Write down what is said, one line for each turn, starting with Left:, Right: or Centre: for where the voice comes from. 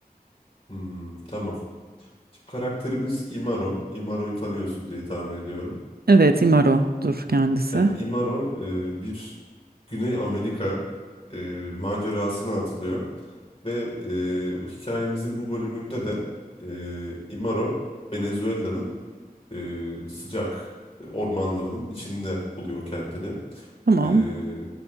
Left: Hmm, tamam. Şimdi karakterimiz Imaro. Imaro'yu tanıyorsun diye tahmin ediyorum.
Right: Evet, İmaro'dur kendisi.
Left: Evet, Imaro e, bir Güney Amerika e, macerasına atılıyor. Ve e, hikayemizin bu bölümünde de e, Imaro Venezuela'nın e, sıcak ormanların içinde buluyor kendini.
Right: Tamam.
Left: E,